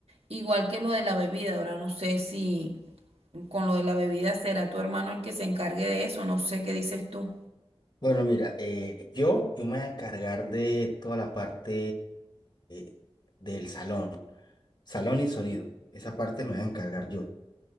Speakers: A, on the right; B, on the left.
A: Igual que lo de la bebida, ahora no sé si con lo de la bebida será tu hermano el que se encargue de eso, no sé qué dices tú.
B: Bueno, mira, eh, yo, yo me voy a encargar de toda la parte eh, del salón, salón y sonido. Esa parte me voy a encargar yo.